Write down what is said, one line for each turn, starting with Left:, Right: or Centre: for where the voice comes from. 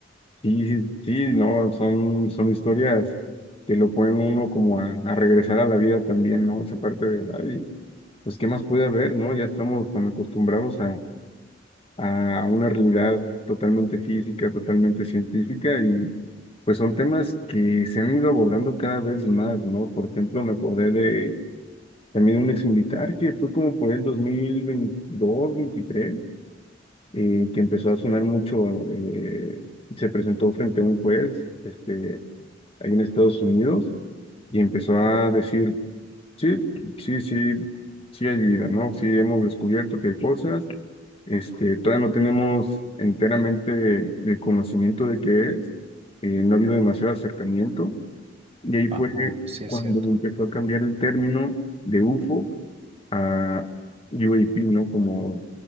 Left: sí, sí, sí, no, son, son historias que lo ponen uno como a, a regresar a la vida también, ¿no? Esa parte de, ay, pues, ¿qué más puede haber, no? Ya estamos tan acostumbrados a a una realidad totalmente física, totalmente científica y pues son temas que se han ido abordando cada vez más, ¿no? Por ejemplo, me acordé de también un ex militar que fue como por el 2022, 23, eh, que empezó a sonar mucho, eh, se presentó frente a un juez, este, ahí en Estados Unidos y empezó a decir Sí, sí, sí, sí hay vida, ¿no? Sí hemos descubierto que hay cosas, este, todavía no tenemos enteramente el conocimiento de qué es, eh, no ha habido demasiado acercamiento, y ahí fue
Right: Ajá, sí es
Left: cuando
Right: cierto.
Left: empezó a cambiar el término de UFO a UAP, ¿no? Como,